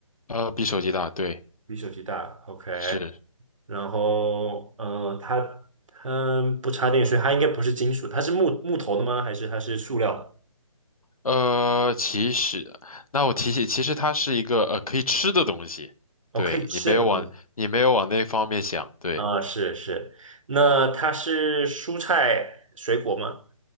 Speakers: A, on the left; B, on the right.
A: 呃，比手机大，对，
B: 比手机大，OK，
A: 是
B: 然后，呃，它它不插电，所以它应该不是金属，它是木木头的吗？还是它是塑料的？
A: 呃，其实，那我提醒，其实它是一个呃可以吃的东西，
B: 哦，
A: 对，
B: 可以吃的东西。
A: 你没有往你没有往那方面想，对，
B: 啊，是是，那它是蔬菜水果吗？
A: 嗯，